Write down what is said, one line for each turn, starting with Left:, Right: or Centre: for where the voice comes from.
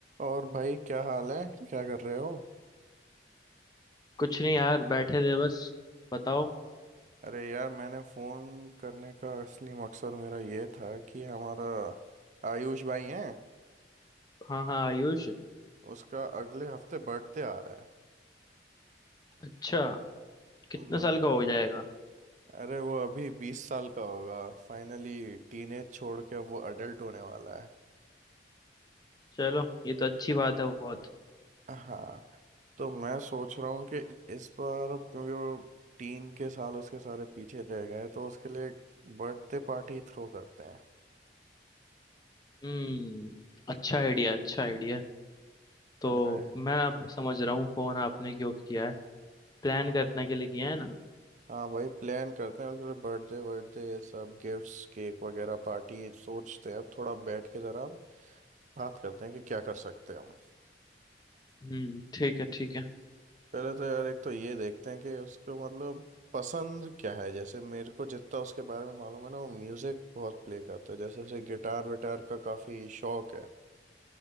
Right: और भाई क्या हाल है क्या कर रहे हो
Left: कुछ नहीं यार बैठे थे बस बताओ
Right: अरे यार मैंने फ़ोन करने का असली मकसद मेरा ये था कि हमारा आयुष भाई हैं
Left: हाँ हाँ आयुष
Right: उसका अगले हफ्ते बर्थडे आ रहा है
Left: अच्छा कितने
Right: तो
Left: साल
Right: मैं
Left: का हो जाएगा
Right: अरे वो अभी बीस साल का होगा फाइनली टीनेज छोड़ के अब वो अडल्ट होने वाला है
Left: चलो ये तो अच्छी बात है बहुत
Right: हाँ तो मैं सोच रहा हूँ कि इस बार अब क्योंकि वो टीन के साल उसके सारे पीछे रह गए तो उसके लिए बर्थडे पार्टी थ्रो करते हैं
Left: हम्म अच्छा आइडिया अच्छा आइडिया तो
Right: मेरा है
Left: मैं अब समझ रहा हूँ फोन आपने क्यों किया है प्लान
Right: हाँ।
Left: करने के लिए किया है ना
Right: हाँ भाई प्लान करते हैं उसके लिए बर्थडे बर्थडे ये सब गिफ्ट्स केक वगैरह पार्टी सोचते हैं अब थोड़ा बैठ के जरा बात करते हैं कि क्या कर सकते हैं हम
Left: हम्म ठीक है ठीक है
Right: पहले तो यार एक तो ये देखते हैं कि उसको मतलब पसंद क्या है जैसे मेरे को जितना उसके बारे में मालूम है ना वो म्यूजिक बहुत प्ले करता है जैसे उसे गिटार विटार का काफी शौक है